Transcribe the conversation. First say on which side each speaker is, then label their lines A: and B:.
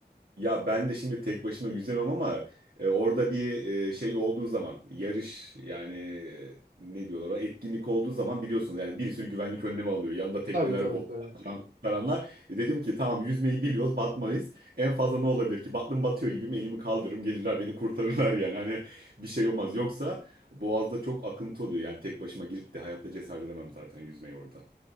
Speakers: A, on the right; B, on the right.
A: Ya ben de şimdi tek başıma yüzemem ama e, orada bir e, şey olduğu zaman yarış yani e, ne diyorlar ona, etkinlik olduğu zaman biliyorsunuz yani bir sürü güvenlik önlemi alıyor. Yanında tekneler,
B: Tabii tabii
A: botlar,
B: tabii.
A: can kurtaranlar. E, dedim ki tamam yüzmeyi biliyoruz batmayız. En fazla ne olabilir ki? Battım batıyor gibiyim elimi kaldırırım gelirler beni kurtarırlar <laughs> yani. Hani bir şey olmaz. Yoksa boğazda çok akıntı oluyor yani tek başıma girip de hayatta cesaret edemem zaten yüzmeyi orada.